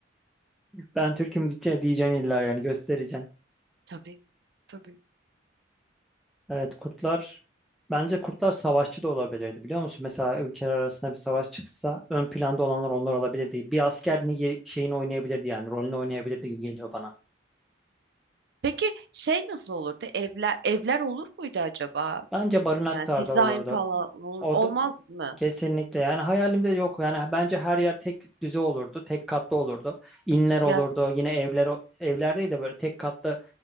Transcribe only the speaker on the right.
Tabii. Tabii.
Peki şey nasıl olurdu? Evler evler olur muydu acaba?
Yani
dizayn
falan ol-
olmaz
mı?
Ya